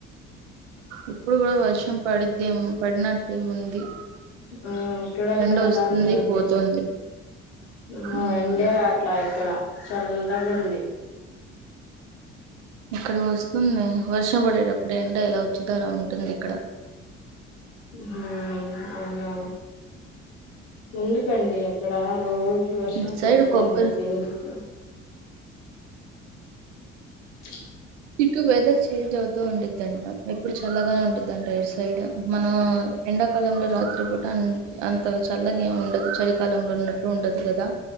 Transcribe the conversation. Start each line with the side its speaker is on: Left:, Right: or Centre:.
Right: ఇప్పుడు కూడా వర్షం పడిద్దేం పడినట్టే ఉంది.
Left: ఆ ఇక్కడ కూడా
Right: ఎండ
Left: అలానే
Right: వస్తుంది
Left: ఉంది
Right: పోతుంది
Left: ఆహా
Right: ఉమ్
Left: ఎండేరావట్లా ఇక్కడ చల్లగుంది.
Right: ఇక్కడ వస్తుంది వర్షం పడేటప్పుడు ఎండ ఎలా వచ్చుతో అలా ఉంటుంది ఇక్కడ
Left: ఉ హు అవునా ఎందుకండి అక్కడ రోజు వర్షం
Right: ఇటు సైడ్
Left: పడుతాన్నింది
Right: కొబ్బరి
Left: ఎందుకు ఆ
Right: ఇటు వేదర్ చేంజ్ అవుత్ అవుతు ఉండుద్దండి ఇప్పుడు చాలా మబ్బుగా ఉండుద్దండి ఈట్ సైడ్ మా ఎండాకాలంలో రాత్రి పూట్ అన్ అంత చల్లగా ఏమి ఉండదు చలికాలంలో ఉన్నట్టు ఉండదు కదా